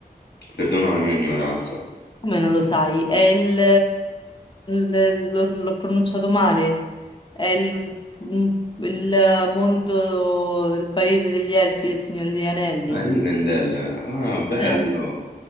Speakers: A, on the left; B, on the left.
A: Perdona la mia ignoranza.
B: Come non lo sai? È il, il- l'ho l'ho pronunciato male. È il, mm, il mondo, il paese degli elfi del Signore degli Anelli.
A: Ah, Rivendell. Ah, bello.
B: Eh,